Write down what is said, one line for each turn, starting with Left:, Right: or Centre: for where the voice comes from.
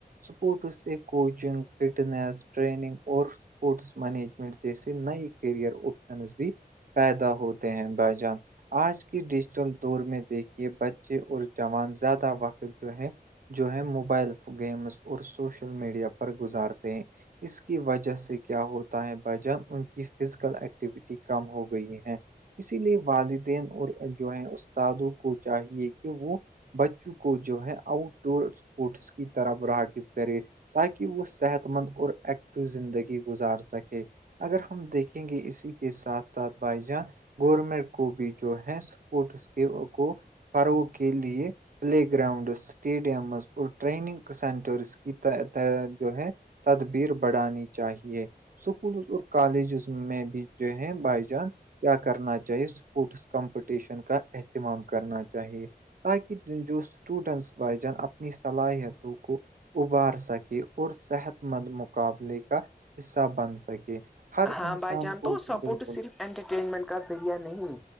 Right: سپورٹس سے کوچنگ فٹنیس ٹریننگ اور اسپورٹس مینجمنٹ جیسے نئی کیریئر آپشن بھی پیدا ہوتے ہیں بائجان آج کی ڈیجیٹل دور میں دیکھیے بچے اور جوان زیادہ وقت جو ہے جو ہے موبائل گیمس اور سوشل میڈیا پر گزارتے ہیں اس کی وجہ سے کیا ہوتا ہے بائی جان ان کی فزیکل ایکٹیویٹی کم ہو گئی ہے اسی لیے والدین اور جو ہے استادوں کو چاہیے کہ وہ بچوں کو جو ہے آؤٹ ڈور اسپورٹس کی طرف را کے کرے تاکہ وہ صحت مند اور ایکٹو زندگی گزار سکے اگر ہم دیکھیں گے اسی کے ساتھ ساتھ بھائی جان گورنمنٹ کو بھی جو ہے سپورٹس کے کو فروغ کے لیے پلے گراؤنڈ اسٹیڈیمز اور ٹریننگ سینٹرس کی جو ہے تدبیر بڑھانی چاہیے اسکول اور کالجز میں بھی جو ہے بائی جان کیا کرنا چاہیے اسپورٹس کمپٹیشن کا اہتمام کرنا چاہیے تاکہ جو اسٹوڈینٹس بائی جان اپنی صلاحیتوں کو ابار سکے اور صحت مند مقابلے کا حصہ بن سکے ہر
Centre: ہاں
Right: انسان
Centre: بھائی جان
Right: کو
Centre: تو
Right: بالکل
Centre: سپورٹ
Right: بالکل
Centre: صرف انٹرٹینمنٹ کا ذریعہ نہیں